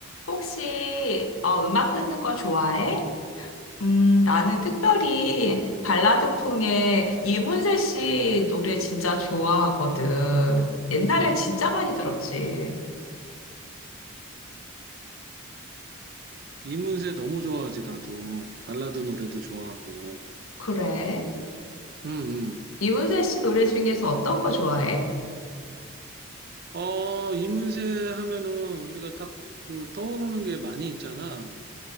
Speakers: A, on the left; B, on the right.
A: 혹시 어, 음악 듣는 거 좋아해? 음, 나는 특별히 발라드풍의 이문세 씨 노래 진짜 좋아하거든. 옛날엔
B: 와,
A: 진짜 많이 들었지.
B: 이문세 너무 좋아하지, 나도. 발라드 노래도 좋아하고.
A: 그래.
B: 음, 음.
A: 이문세 씨 노래 중에서 어떤 거 좋아해?
B: 어, 이문세 하면은 우리가 딱그 떠오르는 게 많이 있잖아.